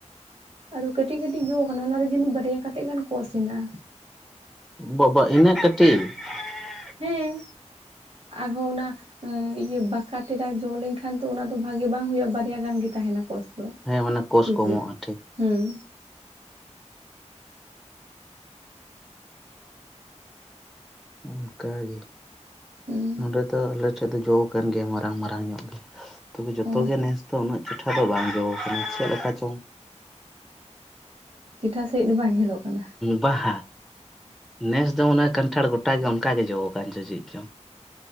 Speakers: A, on the right (about 55°); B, in the centre.
A: ᱟᱫᱚ ᱠᱟᱹᱴᱤᱡ ᱠᱟᱹᱴᱤᱡ ᱡᱚ ᱟᱠᱟᱱᱟ ᱚᱱᱟ ᱨᱮ ᱡᱟᱱᱤᱡ ᱵᱟᱨᱭᱟ ᱠᱟᱛᱮᱜ ᱜᱟᱱ ᱠᱚᱥ ᱦᱮᱱᱟᱜ-ᱟ᱾
B: ᱵᱟ ᱵᱟ ᱤᱱᱟᱹᱜ ᱠᱟᱹᱴᱤᱡ? <inaudible>
A: ᱦᱮᱸ ᱟᱨᱦᱚᱸ ᱚᱱᱟ ᱤᱭᱟᱹ ᱵᱟᱠᱟ ᱴᱮᱨᱟ ᱡᱚ ᱞᱮᱱᱠᱷᱟᱱ ᱫᱚ ᱚᱱᱟ ᱫᱚ ᱵᱷᱟᱜᱤ ᱵᱟᱝ ᱦᱩᱭᱩᱜ-ᱟ ᱵᱟᱨᱭᱟ ᱜᱟᱱ ᱜᱮ ᱛᱟᱦᱮᱸᱱᱟ ᱠᱚᱥ। ᱫᱚ
B: ᱦᱮᱸ ᱢᱟᱱᱮ ᱠᱳᱥ
A: ᱥᱩᱡᱟ
B: ᱠᱚᱢᱚᱜᱼᱟ ᱴᱷᱤᱠ
A: ᱦᱩᱸ᱾
B: ᱚᱱᱠᱟ ᱜᱮ᱾
A: ᱦᱮᱸ
B: ᱱᱚᱰᱮ ᱫᱚ ᱟᱞᱮ ᱴᱷᱮᱡ ᱫᱚ ᱡᱚ ᱟᱠᱟᱱ ᱜᱮᱭᱟ ᱢᱟᱨᱟᱝ ᱢᱟᱨᱟᱝ ᱧᱚᱜ ᱜᱮ, ᱛᱚᱵᱮ ᱡᱚᱛᱚ
A: ᱚ
B: ᱜᱮ ᱱᱮᱥᱼᱼ ᱛᱚ ᱩᱱᱟᱹᱜ ᱪᱮᱴᱷᱟ ᱫᱚ ᱵᱟᱝ ᱡᱚ ᱟᱠᱟᱱᱟ ᱪᱮᱫ ᱞᱮᱠᱟ ᱪᱚᱝ᱾
A: ᱪᱮᱴᱷᱟ ᱥᱟᱺᱦᱤᱡ ᱫᱚ ᱵᱟᱝ ᱧᱮᱞᱚᱜ ᱠᱟᱱᱟ?
B: ᱵᱟᱦ ᱱᱮᱥ ᱫᱚ ᱚᱱᱟ ᱠᱟᱱᱴᱷᱟᱲ ᱜᱚᱴᱟ ᱜᱮ ᱚᱱᱠᱟ ᱜᱮ ᱡᱚ ᱟᱠᱟᱱ ᱪᱚ ᱪᱮᱫ ᱪᱚ।